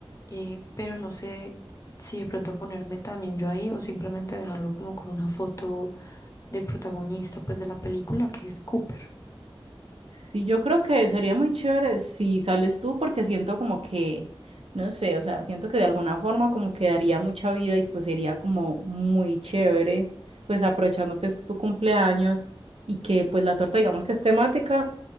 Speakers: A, on the left; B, on the right.
A: eh, pero no sé si de pronto ponerme también yo ahí o simplemente dejarlo como con una foto del protagonista, pues de la película, que es Cooper.
B: Y yo creo que sería muy chévere si sales tú porque siento como que, no sé, o sea, siento que de alguna forma como que daría mucha vida y pues sería como muy chévere, pues aprovechando que es tu cumpleaños y que pues la torta digamos que es temática